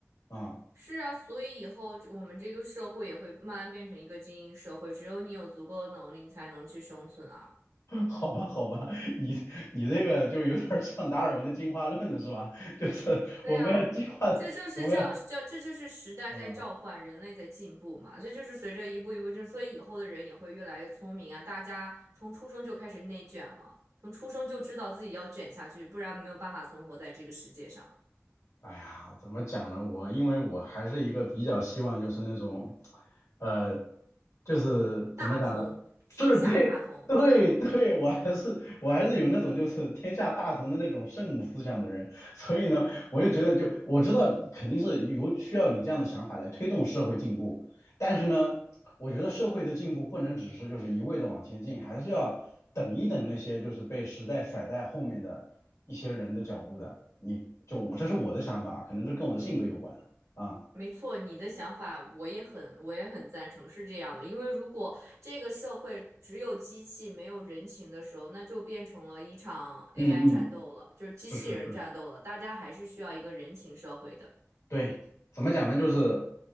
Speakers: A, on the left; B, on the right.
A: 啊
B: 是啊，所以以后这我们这个社会也会慢慢变成一个精英社会，只有你有足够的能力，你才能去生存啊。
A: <laughs>。好吧，好吧，你你这个就有点像达尔文的进化论了，是吧？<laughs> 就是我们要进化，
B: 对啊，这就是叫叫，
A: 我们要，
B: 这就是时代在召唤，
A: 嗯。
B: 人类在进步嘛。这就是随着一步一步，就是所以以后的人也会越来越聪明啊。大家从出生就开始内卷了，从出生就知道自己要卷下去，不然没有办法存活在这个世界上。
A: 哎呀，怎么讲呢？我因为我还是一个比较希望就是那种，呃，就是怎么讲呢？
B: 大同，天下大同，
A: 是对对对，我还是我还是有那种就是天下大同的那种圣母思想的人，所以呢，我就觉得就我知道肯定是有需要你这样的想法来推动社会进步，但是呢。我觉得社会的进步不能只是就是一味的往前进，还是要等一等那些就是被时代甩在后面的一些人的脚步的。你就我这是我的想法，可能是跟我的性格有关啊。
B: 没错，你的想法我也很，我也很赞成，是这样的。因为如果这个社会只有机器没有人情的时候，那就变成了一场 AI
A: 嗯嗯，
B: 战斗了，就是机器人战斗了。
A: 是是是，
B: 大家还是需要一个人情社会的。
A: 对，怎么讲呢？就是
B: 嗯，